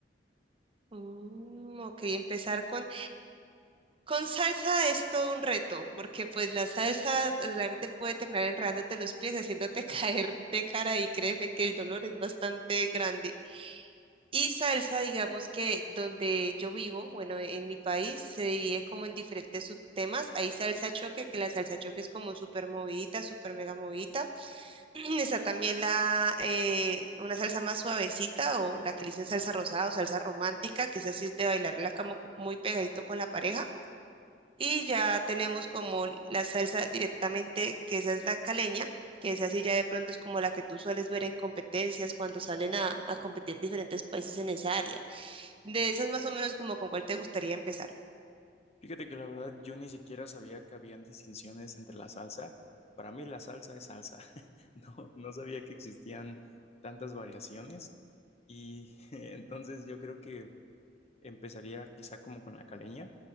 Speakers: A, on the right (about 30°); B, on the left (about 35°).
A: Mm, ok, empezar con, con salsa es todo un reto, porque pues la salsa eh, realmente puede terminar enredándote los pies, haciéndote <laughs> caer de cara y créeme que el dolor es bastante grande. Y salsa, digamos que donde yo vivo, bueno, en mi país se divide como en diferentes subtemas. Hay salsa choque, que la salsa choque es como súper movidita, súper mega movidita. <clears throat> Está también la, eh, una salsa más suavecita o la que le dicen salsa rosada o salsa romántica, que es así es de bailarla como co- muy pegadito con la pareja. Y ya tenemos como la salsa directamente, que esa es la caleña, que es así ya de pronto es como la que tú sueles ver en competencias cuando salen a, a competir diferentes países en esa área. De esas más o menos como con cuál te gustaría empezar.
B: Fíjate que la verdad yo ni siquiera sabía que habían distinciones entre la salsa. Para mí la salsa es salsa. <laughs> No, no sabía que existían tantas variaciones. Y <laughs> entonces yo creo que Empezaría quizá como con la caleña,